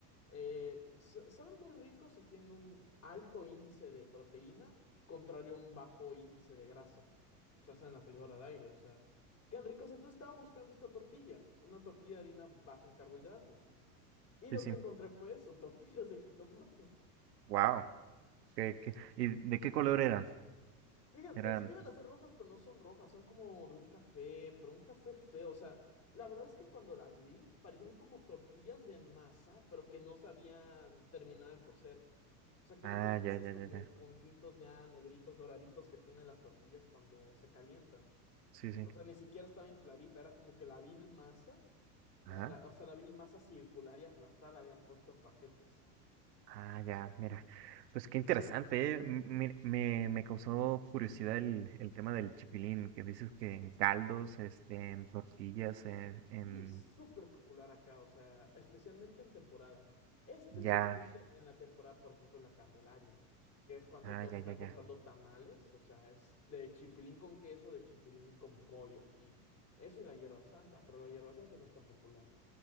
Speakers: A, on the left (about 30°); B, on the right (about 90°).
A: Eh, sa- saben muy ricos y tienen un alto índice de proteína, contrario a un bajo índice de grasa. Pues se hacen en la freidora de aire, o sea, quedan ricos. Entonces estaba buscando esta tortilla, una tortilla de harina baja en carbohidratos. Y lo
B: sí, sí.
A: que encontré fue eso, <laughs> tortillas de jitomate.
B: Wow. ¿Qué, qué? ¿Y de qué color era?
A: Fíjate,
B: Eran.
A: pensé que iban a ser rojas, pero no son rojas, son como de un café, pero un café feo. O sea, la verdad es que cuando las vi, parecían como tortillas de masa, pero que no sabían terminar de cocer. O sea, que
B: Ah,
A: no tenían esos
B: ya, ya,
A: como
B: ya, ya.
A: puntitos ya negritos, doraditos que tienen las tortillas cuando se calientan.
B: Sí, sí.
A: O sea, ni siquiera estaba infladita, era como que la vil masa, la,
B: Ajá.
A: la- o sea, la vil masa circular y aplastada la habían puesto en paquetes.
B: Ah, ya, mira. Pues qué interesante, ¿eh? M- mi- Me, me causó curiosidad el, el tema del chipilín, que dices que en caldos, este, en tortillas, en,
A: Sí,
B: en...
A: es súper popular acá, o sea, especialmente en temporada, especialmente
B: Ya,
A: en la temporada, por ejemplo, la Candelaria, que es cuando
B: ah,
A: todos
B: ya,
A: están
B: ya, ya.
A: comprando tamales, o sea, es de chipilín con queso, de chipilín con pollo aquí, eso y la hierba santa, pero la hierba santa no es tan popular,